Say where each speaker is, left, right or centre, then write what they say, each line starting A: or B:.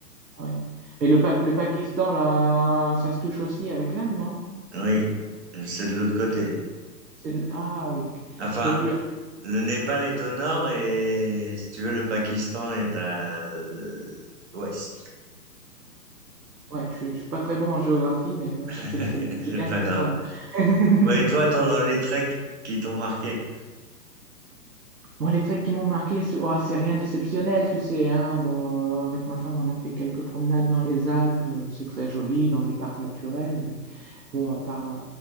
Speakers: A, on the right (about 70°); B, on the right (about 40°).
A: Ah Ouais. Mais le, Pa- le Pakistan, là, ça se touche aussi avec l'Inde, non?
B: oui, c'est de l'autre côté.
A: C'est de l- Ah oui, ok.
B: Enfin,
A: Donc, le...
B: le Népal est au nord et si tu veux, le Pakistan est à euh, l'ouest.
A: ouais, je, je suis pas très bon en géographie, mais ouais,
B: <laughs>
A: c'est c'est- c'est
B: C'est
A: bien ce
B: pas
A: qu'il
B: grave.
A: me semblait. <laughs>
B: Ouais, et toi, ton, les treks qui t'ont marqué?
A: Moi, les trucs qui m'ont marqué, c'est oh, c'est rien d'exceptionnel, tu sais, hein. Bon, euh, avec ma femme, on a fait quelques promenades dans les Alpes, euh, c'est très joli, dans les parcs naturels, mais bon, à part, euh,